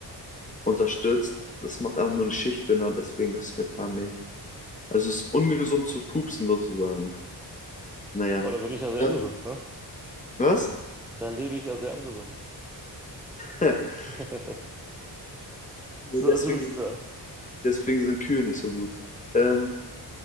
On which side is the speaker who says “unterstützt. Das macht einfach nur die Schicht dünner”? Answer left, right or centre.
Left